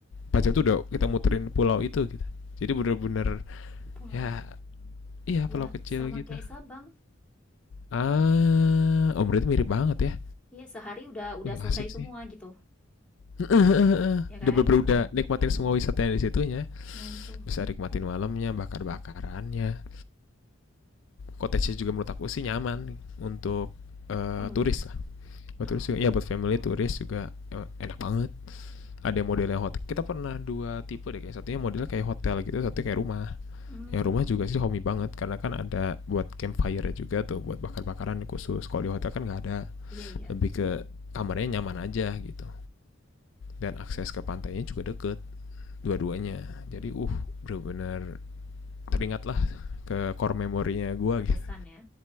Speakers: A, on the left; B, in the centre.
A: 4 jam itu udah kita muterin pulau itu gitu. Jadi bener-bener
B: pulau.
A: ya iya
B: Ya,
A: pulau kecil
B: sama
A: gitu.
B: kayak Sabang.
A: Ah, oh berarti mirip banget ya.
B: Ya, sehari udah udah
A: Wih
B: selesai
A: asik sih.
B: semua gitu,
A: <laughs>
B: ya kan?
A: udah bener udah nikmatin semua wisatanya di situnya.
B: Nah itu
A: Bisa nikmatin malamnya, bakar-bakarannya, cottage juga menurut aku sih nyaman untuk eh,
B: family.
A: turis lah buat turis
B: Oh,
A: juga ya buat family turis juga eh, enak banget ada modelnya hotel kita pernah dua tipe deh kayak satunya modelnya kayak hotel gitu satunya kayak rumah
B: hmm,
A: yang rumah juga sih homey banget karena kan ada buat campfire juga tuh buat bakar-bakaran khusus kalau di hotel kan nggak ada
B: iya iya,
A: lebih ke kamarnya nyaman aja gitu dan akses ke pantainya juga deket dua-duanya jadi uh bener-bener teringatlah ke core memorinya gue
B: berkesan
A: gitu
B: ya